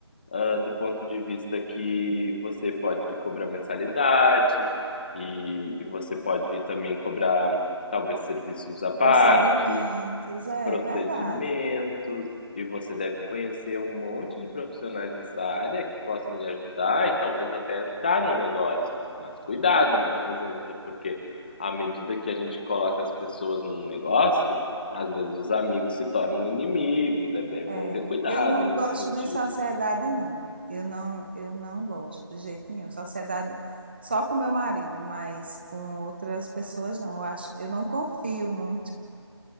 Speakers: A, on the left (about 20°); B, on the right (about 20°).
A: ah, do ponto de vista que você pode cobrar mensalidade e, e você pode também cobrar, talvez, serviços à parte,
B: Procedimentos, é
A: procedimentos,
B: é verdade.
A: e você deve conhecer um monte de profissionais dessa área que possam lhe ajudar e talvez até entrar no negócio. Mas cuidado, né, Rosângela, porque à medida que a gente coloca as pessoas no negócio, às vezes os amigos se tornam inimigos. É, é bom
B: É,
A: ter cuidado
B: eu não
A: nesse
B: gosto
A: sentido.
B: de sociedade, não. Eu não, eu não gosto de jeito nenhum. Sociedade só com meu marido, mas com outras pessoas não. Eu acho, eu não confio muito.